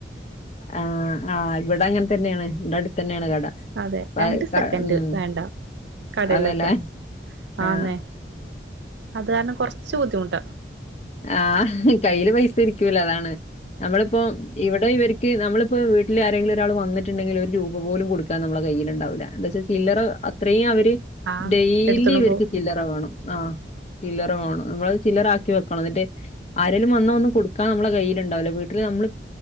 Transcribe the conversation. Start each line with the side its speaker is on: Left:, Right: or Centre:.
Left: ആഹ് ആഹ് ഇവടെ അങ്ങൻ തന്നെണ് ഇവടെ അട്ത്ത് തന്നെണ് കട
Right: അതെ
Left: പ-
Right: രണ്ട് സെക്കന്റ്
Left: ക- ഉം
Right: വേണ്ട കടയിലത്താൻ
Left: അതെല്ലേ ആഹ്
Right: ആന്നെ അത് കാരണം കോർച്ച് ബുദ്ധിമുട്ട
Left: ആഹ് കയ്യില് പൈസ ഇരിക്കൂല അതാണ് നമ്മളിപ്പോ ഇവിടെ ഇവര് ക്ക് നളിപ്പോൾ വീട്ടിൽ ആരെങ്കിലും ഒരാൾ വന്നിട്ടുണ്ടെങ്കിൽ ഒരു രൂപ പോലും കൊടുക്കാ നമ്മള കയിയിലുണ്ടാവില്ല എന്ത് വച്ചാൽ സില്ലറ അത്രയും അവര്
Right: ആഹ്
Left: ഡെയിലി
Right: എടുത്തോണ്ട്
Left: ഇവർക്ക്
Right: പോവും
Left: ചില്ലറ വേണം ആഹ് ചില്ലറ വേണം നമ്മള് ചില്ലറാക്കി വെക്ക എന്നിട്ട് ആരേലും വന്ന ഒന്നും കൊടുക്കാൻ നമ്മുടെ കയ്യിലുണ്ടാവ്ല്ല വീട്ടില് നമ്മള്